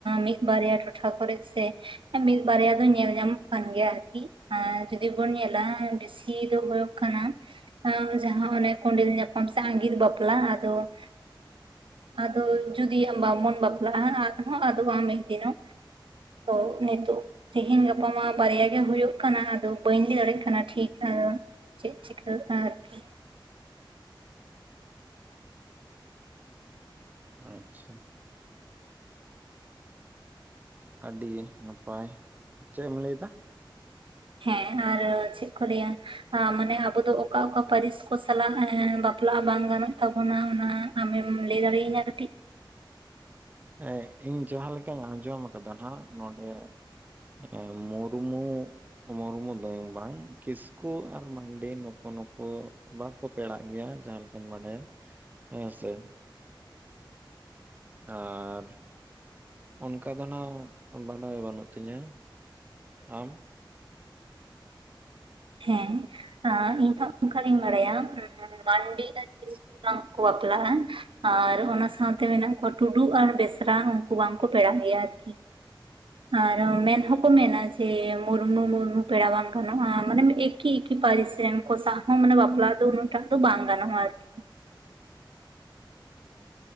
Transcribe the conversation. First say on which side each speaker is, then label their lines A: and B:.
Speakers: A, on the right; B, on the right.
A: ᱢᱤᱫ ᱵᱟᱨᱭᱟ ᱴᱚᱴᱷᱟ ᱠᱚᱨᱮ ᱥᱮ ᱢᱤᱫ ᱵᱟᱨᱭᱟ ᱫᱚ ᱧᱮᱞ ᱧᱟᱢᱚᱜ ᱠᱟᱱ ᱜᱮᱭᱟ ᱟᱨᱠᱤ ᱡᱩᱫᱤ ᱵᱚᱱ ᱧᱮᱞᱟ ᱛᱷᱤ ᱫᱚ ᱦᱩᱭᱩᱜ ᱠᱟᱱᱟ ᱡᱟᱦᱟᱸ ᱚᱱᱮ ᱠᱚᱸᱰᱮᱞ ᱧᱟᱯᱟᱢ ᱥᱮ ᱟᱸᱜᱤᱨ ᱵᱟᱯᱞᱟ <unintelligible> ᱟᱫᱚ ᱟᱫᱚ ᱡᱩᱫᱤ ᱟᱸ ᱵᱟᱝᱵᱚᱱ ᱵᱟᱯᱞᱟᱜᱼᱟ ᱟᱨᱦᱚᱸ ᱟᱫᱚᱜ ᱟ ᱫᱤᱱᱚᱜ ᱛᱚ ᱱᱤᱛᱚᱜ ᱛᱮᱦᱮᱧ ᱜᱟᱯᱟ ᱢᱟ ᱵᱟᱨᱮᱭᱟ ᱜᱮ ᱦᱩᱭᱩᱜ ᱠᱟᱱᱟ ᱟᱫᱚ ᱵᱟᱹᱧ ᱞᱟᱹᱭ ᱫᱟᱲᱮᱭᱟᱜ ᱠᱟᱱᱟ, ᱴᱷᱤᱠ ᱟ ᱪᱮᱫ ᱪᱤᱠᱟᱹᱜᱼᱟ ᱟᱨᱠᱤ
B: ᱟᱪᱪᱷᱟ ᱟᱹᱰᱤ ᱱᱟᱯᱟᱭ᱾ᱪᱮᱫ ᱮᱢ ᱞᱟᱹᱭ ᱫᱟ?
A: ᱦᱮᱸ ᱟᱨ ᱪᱮᱫ ᱠᱚ ᱞᱟᱹᱭᱟ ᱢᱟᱱᱮ ᱟᱵᱚ ᱫᱚ ᱚᱠᱟ ᱚᱠᱟ ᱯᱟᱹᱨᱤᱥ ᱠᱚ ᱥᱟᱞᱟᱜ ᱵᱟᱯᱞᱟᱜ ᱵᱟᱝ ᱜᱟᱱᱚᱜ ᱛᱟᱵᱚᱱᱟ ᱚᱱᱟ ᱟᱢᱮᱢ ᱞᱟᱹᱭ ᱫᱟᱲᱭᱤᱧᱟᱹ ᱠᱟᱹᱴᱤᱡ
B: ᱮᱸᱜ ᱤᱧ ᱡᱟᱦᱟᱸ ᱞᱮᱠᱟᱧ ᱟᱸᱡᱚᱢ ᱠᱟᱫᱟ ᱦᱟᱸᱜ ᱱᱚᱰᱮ ᱚ ᱢᱩᱨᱢᱩ ᱢᱩᱨᱢᱩ ᱫᱚᱭᱚᱝ ᱵᱟᱝ ᱠᱤᱥᱠᱩ ᱟᱨ ᱢᱟᱱᱰᱤ ᱱᱩᱠᱩ ᱱᱩᱠᱩ ᱵᱟᱠᱚ ᱯᱮᱲᱟᱜ ᱜᱮᱭᱟ ᱡᱟᱦᱟᱸ ᱞᱮᱠᱟᱧ ᱵᱟᱰᱟᱭᱟ ᱦᱮᱸ ᱥᱮ ᱟᱨᱻ ᱚᱱᱠᱟ ᱫᱚ ᱦᱟᱸᱜ ᱵᱟᱰᱟᱭ ᱵᱟᱹᱱᱩᱜ ᱛᱤᱧᱟ᱾ ᱟᱢ?
A: ᱦᱮᱸ ᱤᱧ ᱦᱚᱸ ᱚᱱᱠᱟ ᱜᱤᱧ ᱵᱟᱲᱟᱭᱟ ᱢᱟᱱᱰᱤ ᱟᱨ ᱠᱤᱥᱠᱩ ᱵᱟᱝ ᱠᱚ ᱵᱟᱯᱞᱟᱜᱼᱟ ᱦᱮᱸ ᱟᱨ ᱚᱱᱟ ᱥᱟᱶᱛᱮ ᱢᱮᱱᱟᱜ ᱠᱚᱣᱟ ᱴᱩᱰᱩ ᱟᱨ ᱵᱮᱥᱨᱟ ᱩᱱᱠᱩ ᱵᱟᱝᱠᱚ ᱯᱮᱲᱟᱜ ᱜᱮᱭᱟ ᱟᱨᱠᱤ᱾ ᱟᱨ ᱢᱮᱱ ᱦᱚᱸᱠᱚ ᱢᱮᱱᱟ ᱡᱮ ᱢᱩᱨᱢᱩ ᱢᱩᱨᱢᱩ ᱯᱮᱲᱟ ᱵᱟᱝ ᱜᱟᱱᱚᱜ-ᱟ ᱢᱟᱱᱮ ᱮᱠᱤ ᱮᱠᱤ ᱯᱟᱹᱨᱤᱥ ᱨᱮᱱ ᱠᱚ ᱥᱟᱣ ᱦᱚᱸ ᱢᱟᱱᱮ ᱵᱟᱯᱞᱟ ᱫᱚ ᱩᱱᱟᱹᱜ ᱴᱟᱜ ᱫᱚ ᱵᱟᱝ ᱜᱟᱱᱚᱜ-ᱟ ᱟᱨᱠᱤ᱾